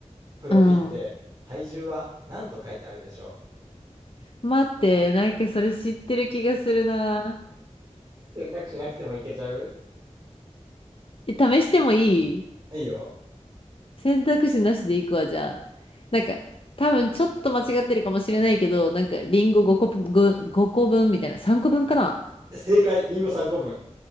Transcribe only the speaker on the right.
プロフィールで体重は何と書いてあるでしょ
う選択しなくてもいけちゃう
いいよ。
正解、リンゴ3個分。